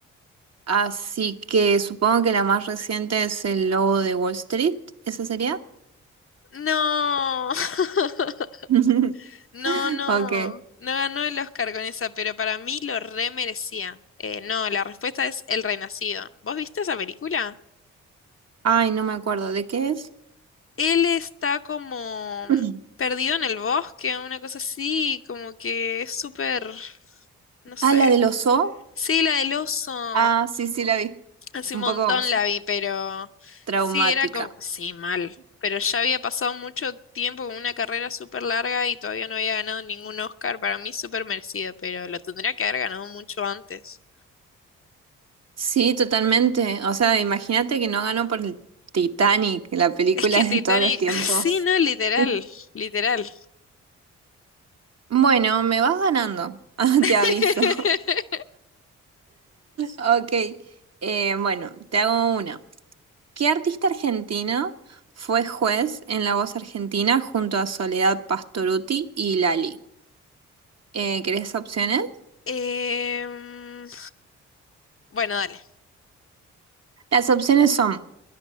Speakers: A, on the right; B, on the left.
A: así que supongo que la más reciente es El Lobo de Wall Street, ¿esa sería?
B: No. <laughs>
A: <laughs>
B: No, no.
A: Ok.
B: No ganó el Oscar con esa, pero para mí lo re merecía. Eh, no, la respuesta es El Renacido. ¿Vos viste esa película?
A: Ay, no me acuerdo, ¿de qué es?
B: Él está como
A: <clears throat>
B: perdido en el bosque, una cosa así, como que es súper, no sé.
A: Ah, la del oso.
B: Sí, la del oso,
A: Ah, sí, sí, la vi.
B: hace
A: Un
B: un montón
A: poco
B: la vi, pero
A: traumática.
B: sí, era como, sí, mal, pero ya había pasado mucho tiempo con una carrera súper larga y todavía no había ganado ningún Oscar, para mí súper merecido, pero lo tendría que haber ganado mucho antes.
A: Sí, totalmente. O sea, imagínate que no ganó por el Titanic, la película
B: Es que
A: de
B: Titanic,
A: todos los tiempos.
B: <laughs> sí, no, literal,
A: <laughs>
B: literal.
A: Bueno, me vas ganando, <laughs>
B: <laughs>
A: te aviso. Ok, eh, bueno, te hago una. ¿Qué artista argentino fue juez en La Voz Argentina junto a Soledad Pastorutti y Lali? Eh, ¿querés opciones?
B: Em, bueno, dale.
A: Las opciones son